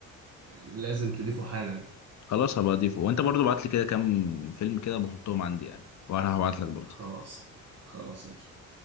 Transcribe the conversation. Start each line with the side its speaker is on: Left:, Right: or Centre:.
Right: لازم تضيفه حالا
Left: خلاص هبقى اضيفه وانت برضو بعت لي كده كام فيلم كده بحطهم عندي يعني وانا هبعت لك برضو
Right: خلاص خلاص قشطة